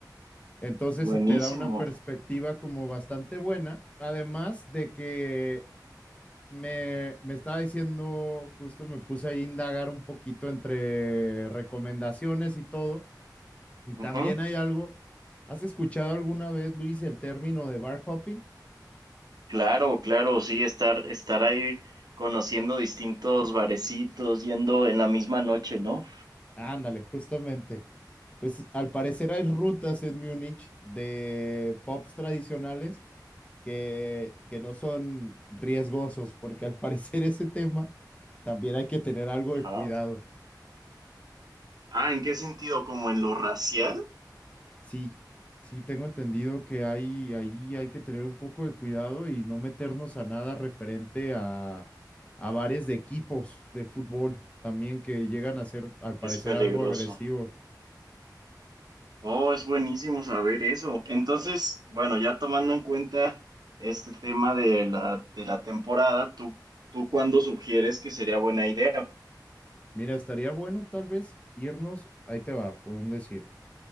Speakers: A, on the left; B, on the right.
A: Entonces
B: Buenísimo.
A: se te da una perspectiva como bastante buena, además de que me, me estaba diciendo, justo me puse ahí a indagar un poquito entre recomendaciones y todo, y
B: Ujú.
A: también hay algo, ¿has escuchado alguna vez, Luis, el término de bar hopping?
B: Claro, claro, sí, estar, estar ahí conociendo distintos barecitos, yendo en la misma noche, ¿no?
A: Ándale, justamente. Pues al parecer hay rutas en Múnich de pubs tradicionales que, que no son riesgosos, porque al <laughs> parecer ese tema también hay que tener algo
B: Ajá.
A: de cuidado.
B: Ah, ¿en qué sentido? ¿Como en lo racial?
A: Sí, sí, tengo entendido que hay, ahí hay que tener un poco de cuidado y no meternos a nada referente a, a bares de equipos de fútbol también que llegan a ser, al parecer,
B: Es peligroso.
A: algo agresivo.
B: Oh, es buenísimo saber eso. Entonces, bueno, ya tomando en cuenta este tema de la, de la temporada, ¿tú, tú cuándo sugieres que sería buena idea?
A: Mira, estaría bueno tal vez irnos, ahí te va, por un decir.